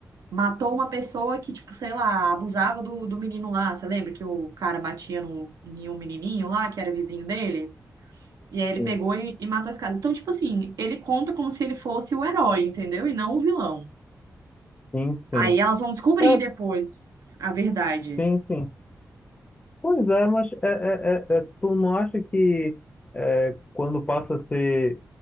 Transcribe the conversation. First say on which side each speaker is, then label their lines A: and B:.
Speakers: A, on the right; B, on the left.
A: Matou uma pessoa que, tipo, sei lá, abusava do, do menino lá. Você lembra que o cara batia no, em um menininho lá, que era vizinho dele? E aí ele
B: sim,
A: pegou e, e matou esse cara. Então, tipo assim, ele conta como se ele fosse o herói, entendeu? E não o vilão.
B: sim, sim.
A: Aí elas vão descobrir
B: É,
A: depois a verdade.
B: sim, sim. Pois é, mas é, é, é, é, tu não acha que é, quando passa a ser